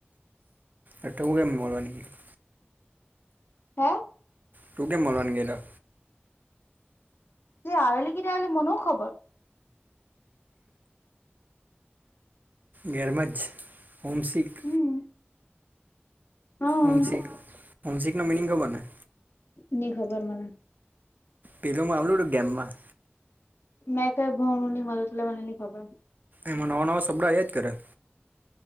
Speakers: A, on the right (about 45°); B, on the left (about 65°).
A: અ તું કેમ મળવા ની ગેઈલ?
B: હે?
A: તું કેમ મળવા ની ગેઈ તા?
B: તે આવેલી કેદાડ ની મને હું ખબર
A: ગેરમાજ છે હોમ શીખ
B: હમ હા
A: હોમશીક હોમશીક નો મિનિંગ ખબર ને?
B: ની ખબર મને
A: પેદોમાં આવેલું હતું ગેમમાં
B: મેં કઈ ભણુ ની મલે એટલે મને ની ખબર
A: એમાં નવા નવા શબ્દ આવ્યા જ કરે